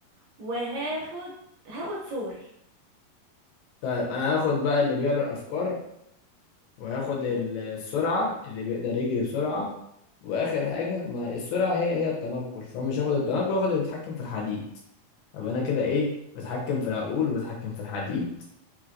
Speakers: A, on the right (about 75°); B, on the left (about 75°).
A: وهاخد هاخد ثور
B: طيب انا هاخد بقى اللي بيقرا الافكار وهاخد
A: اوكي
B: ال- السرعه اللي بيقدر يجري بسرعه واخر حاجه ما السرعه هي هي التنقل فمش هاخد التنقل هاخد اللي بيتحكم في الحديد ابقى انا كده ايه بتحكم في العقول وبتحكم في الحديد